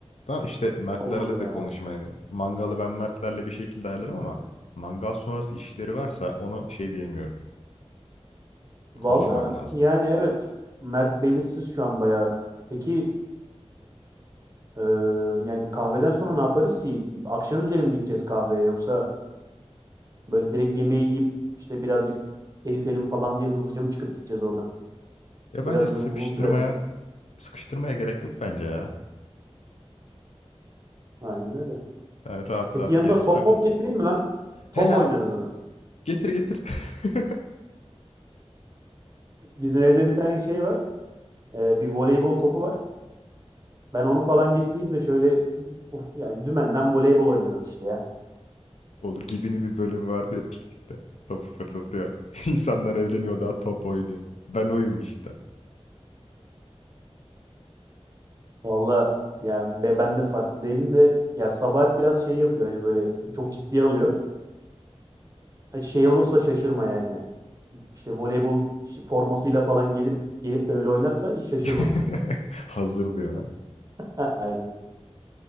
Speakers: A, on the left; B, on the right.
A: Da işte Mertlerle
B: Olur ya.
A: de konuşayım. Yani mangalı ben Mertlerle bir şekilde ayarlarım ama mangal sonrası işleri varsa onu bir şey diyemiyorum.
B: Valla
A: Konuşmak lazım.
B: yani evet. Mert belirsiz şu an bayağı. Peki Ee, yani kahveden sonra ne yaparız ki? Akşam üzeri mi gideceğiz kahveye yoksa böyle direkt yemeği yiyip işte birazcık eritelim falan diye hızlıca mı çıkıp gideceğiz oradan?
A: Ya
B: Biraz
A: bence sıkıştırmaya
B: böyle uzun sürer diye düşünüyorum.
A: Sıkıştırmaya gerek yok bence ya.
B: Aynen öyle.
A: Yani rahat
B: Peki
A: rahat
B: yanında
A: yeriz
B: top
A: takılırız.
B: mop getireyim mi lan? Top
A: Hela
B: oynarız anasını.
A: getir getir. <laughs>
B: satayım. Bizim evde bir tane şey var. Ee, bir voleybol topu var. Ben onu falan getireyim de şöyle uf, yani dümenden voleybol oynarız işte ya.
A: Olur Gibi'nin bir bölüm vardı ya piknikte. Topu fırlatıyor. <laughs> İnsanlar evleniyor daha top oynuyor. Ben oyum işte.
B: Valla ya be, ben de farklı değilim de ya Sabahat biraz şey yapıyor hani böyle çok ciddiye alıyor. Ha, Şey olursa şaşırma yani. İşte voleybol formasıyla falan gelir gelip de öyle oynarsa hiç şaşırma.
A: <laughs>
B: <laughs>
A: Hazır diyor
B: Heh, Aynen.